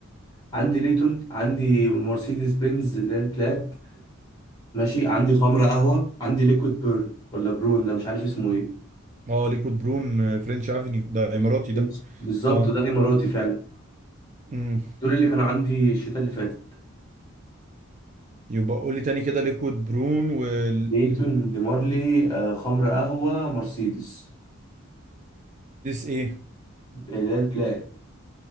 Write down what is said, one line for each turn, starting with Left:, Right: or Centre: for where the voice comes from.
Left: عندي ليتون عندي مرسيدس بنز اللي هي البلات ماشي عندي خمره قهوه عندي ليكويد بيرن ولا برون ده مش عارف اسمه ايه
Right: اه ليكويد برون آه، فرنش افنيو ده اماراتي
Left: بنش-
Right: ده
Left: بالظبط
Right: اه
Left: ده اماراتي فعلا
Right: امم
Left: دول اللي كانوا عندي الشتاء اللي فاتت
Right: يبقى قول لي تاني كده ليكويد برون والمرسيدس
Left: ديتون ديمارلي آه خمر قهوه مرسيدس
Right: ايه
Left: اللي هي البلاك